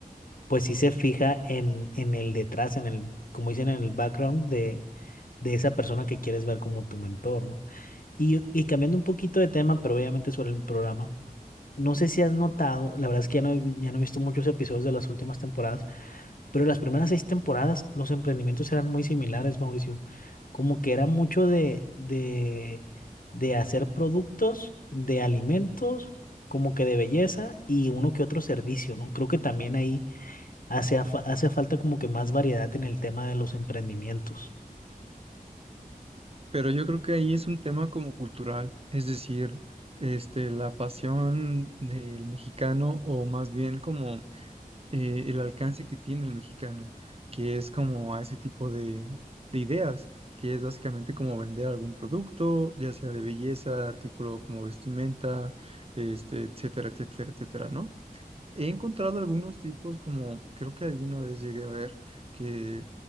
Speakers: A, on the left; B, on the right.
A: pues sí se fija en, en el detrás, en el, como dicen, en el background de, de esa persona que quieres ver como tu mentor, ¿no? Y, y cambiando un poquito de tema, pero obviamente sobre el programa, no sé si has notado, la verdad es que ya no he, vi- ya no he visto muchos episodios de las últimas temporadas, pero las primeras seis temporadas los emprendimientos eran muy similares, Mauricio. Como que era mucho de, de, de hacer productos, de alimentos, como que de belleza y uno que otro servicio, ¿no? Creo que también ahí hace, afa- hace falta como que más variedad en el tema de los emprendimientos.
B: Pero yo creo que ahí es un tema como cultural, es decir, este, la pasión del mexicano o más bien como eh, el alcance que tiene el mexicano, que es como a ese tipo de, de ideas, que es básicamente como vender algún producto, ya sea de belleza, artículo como vestimenta, este, etcétera, etcétera, etcétera, ¿no? He encontrado algunos tipos como, creo que alguna vez llegué a ver que